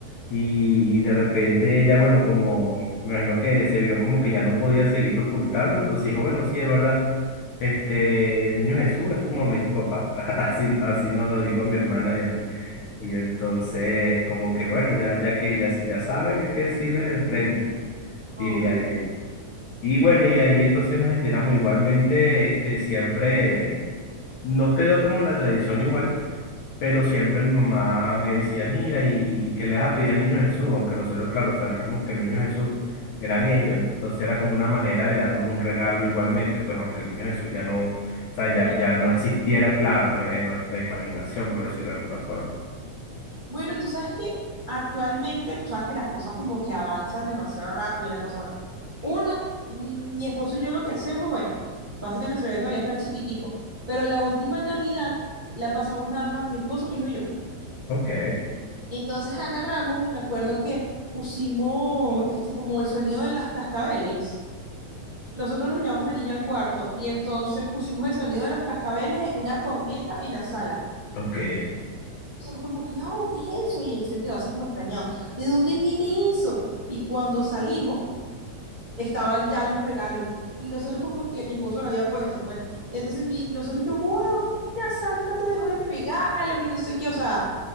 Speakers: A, on the left; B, on the right.
A: Y, y de repente ella, bueno, como me imagino que se vio como que ya no podía seguirlo ocultando, entonces dijo, bueno, sí, es verdad. Este, el niño Jesús es tu mamá y tu papá. <laughs> Así, así nos lo dijo a mi hermana y a mí. Y entonces, como que bueno, ya, ya que ya si ya saben, hay que decirle de frente,
B: obvio.
A: diría ella. Y bueno, y ahí entonces nos enteramos igualmente, este, siempre, eh, no quedó como la tradición igual pero siempre mi mamá me decía, mira, y, y que le vas a pedir al niño Jesús, aunque nosotros, claro, sabíamos que el niño Jesús eran ellos, entonces era como una manera de darnos un regalo igualmente, pues aunque el niño Jesús ya no, o sea, ya,
B: Ya
A: ya
B: está.
A: no existiera, claro, no- en nuestra imaginación, por decirlo de alguna forma.
B: Bueno, tú sabes que actualmente, tú sabes que las cosas como que avanzan demasiado rápido y la cosa, bueno. Uno, mi esposo y yo lo que hacemos, bueno, pasa que nuestro bebé todavía está chiquitico, pero la última Navidad la pasamos nada más mi esposo, mi hijo y yo.
A: Ok,
B: Entonces agarramos y me acuerdo que pusimos este como el sonido de las cascabeles. Nosotros nos llevamos al niño al cuarto y entonces pusimos el sonido de los cascabeles en una corneta en la sala.
A: ok,
B: Nosotros como que, oh, ¿qué es eso? Y él se quedó así como extrañado. ¿De dónde viene eso? Y cuando salimos, estaban ya los regalos. Y nosotros como que mi esposo lo había puesto, pues. Y entonces mi, nosotros que, wow, mira, Santa te dejó los regalos y no sé qué. O sea,